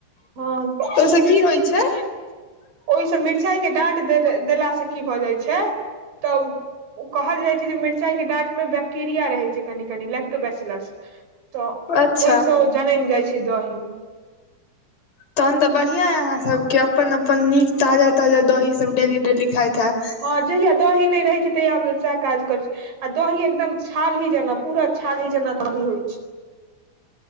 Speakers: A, on the right; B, on the left.
A: हँ त
B: ओ‌ईस कि होइ छै
A: ओईसँ मिरचाई के डाँट देलासँ की भऽ जाइ छै त ओ कहल जाइ छै जे मिरचाई के डाँट मे बैक्टेरिया रहै छै कनि कनि लेक्टोबेसिलस तऽ
B: अच्छा
A: ओईसँ जनैम जाइ छै दही
B: तहन तऽ बढ़ियां यै अहाँ सबके अपन अपन नीक ताजा ताजा दही सब डेली डेली खाइत हएब
A: हँ जहिया दही नै रहै छै तहिया हमसब सएह काज करै छी आ दही एकदम छाली जेना पूरा छाली जेना दही होइ छै